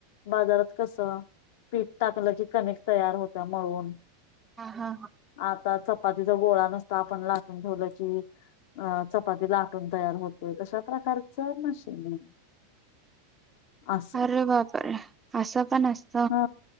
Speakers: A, on the left; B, on the right.
A: बाजारात कसं पीठ टाकलं की कनिक् तयार होत्या मळून
B: हा हा हा
A: आता चपातीचा गोळा नुसता आपण लाटून ठेवलं की अ चपाती ला तयार होतोय तशा प्रकारच मशीन आहे असं
B: अरे बापरे असं पण असत
A: हा